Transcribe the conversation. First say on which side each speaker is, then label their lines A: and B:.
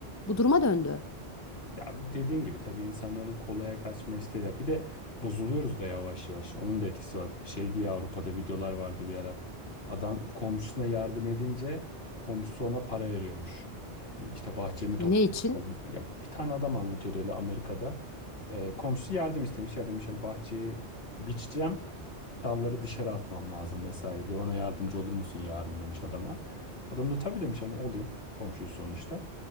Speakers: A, on the left (about 25°); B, on the left (about 60°).
A: Bu duruma döndü.
B: Ya dediğin gibi tabii insanların kolaya kaçma isteği de. Bir de bozuluyoruz da yavaş yavaş. Onun da etkisi var. Şey diye Avrupa'da videolar vardı bir ara. Adam komşusuna yardım edince komşusu ona para veriyormuş. Hani işte bahçemi topladım.
A: Ne için?
B: Ya bir tane adam anlatıyordu öyle Amerika'da. Ee, komşusu yardım istemiş. Ya demiş hani bahçeyi biçeceğim dalları dışarı atmam lazım vesaire diye bana yardımcı olur musun yarın demiş adama. Adam da tabii demiş hani olayım komşuyu sonuçta.